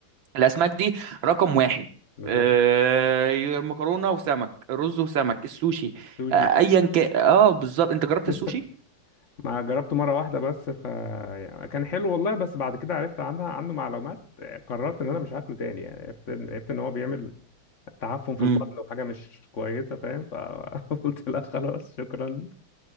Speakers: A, on the right; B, on the left.
A: الأسماك دي رقم واحد
B: بالظبط
A: آه، مكرونة وسمك رز وسمك السوشي
B: سوشي
A: آه، أيا كان أه بالظبط أنت
B: <laughs>
A: جربت السوشي؟
B: ما جربته مره واحده بس ف يعني كان حلو والله بس بعد كده عرفت عنها عنه معلومات قررت ان انا مش هاكله تاني يعني عرفت ان عرفت ان هو بيعمل تعفن في
A: امم
B: البطن وحاجه مش كويسه فاهم فقلت <laughs> لا خلاص شكرا